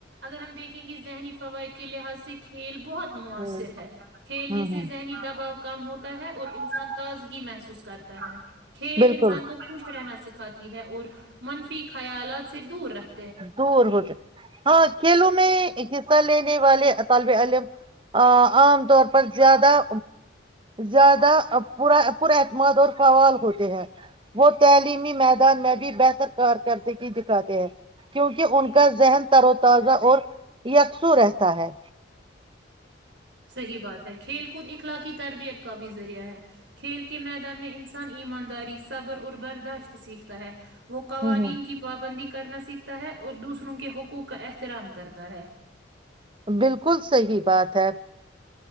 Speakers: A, on the right; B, on the right.
A: اگر ہم دیکھیں گے ذہنی فوائد کے لحاظ سے کھیل ب بہت مؤثر
B: ہ
A: ہے کھیلنے
B: ہ
A: سے ذہنی دباؤ کام ہوتا ہے اور انسان تازگی محسوس کرتا ہے کھیل
B: بالکل
A: انسان کو خوش رہنا س کاتی ہے اور منفی خیالات سے دور رکھتی
B: دور ہو ہاں کھیلو میں میں حصہ لینے والے طالب علم عام طور پر زیادہ زیادہا پر اعتماد اور قوال ہوتے ہیں وہ تعلیمی میدان میں بھی بہتر کار کرردگی دکھاتے ہیں کیونکہ ان کا ذہن تر و تازہ اور یکسو رہتا ہے
A: صحیح بات ہے کھیل کود اخلاقی تربیت کا بھی ذریعہ ہے کھیل کے میدان میں انس ان ایمانداری صبر اور برداشت سیکھتا ہے وہ قوانین
B: ہوں ہوں
A: کی پابندی کرنا سیکھتا ہے اور دوسروں کے حقوق کا احترام کرتا ہے
B: بالکل صحی بات اھر